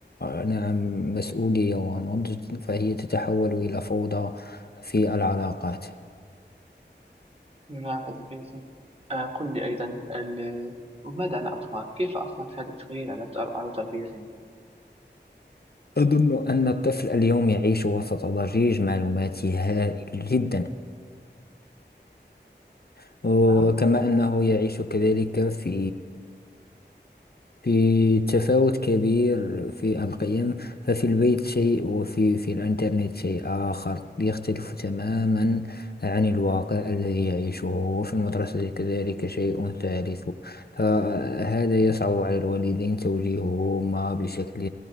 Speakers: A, on the left; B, on the right.
A: آه، نعم مسؤولية ونضج فهي تتحول إلى فوضى في العلاقات
B: بما عن الأدب آه قل لي أيضا ال- وماذا عن الأطفال؟ كيف أثرت هذا التغيير على تر- على تربيتهم؟
A: أظن أن الطفل اليوم يعيش وسط ضجيج معلوماتي هائل جدا <clears throat> وكما
B: نعم
A: أنه يعيش كذلك في في تفاوت كبير في القيم ففي البيت شيء وفي في الإنترنت شيء آخر يختلف تماما عن الواقع الذي يعيشه وفي المدرسة كذلك شيء ثالث فهذا يصعب على الوالدين توجيههما بشكل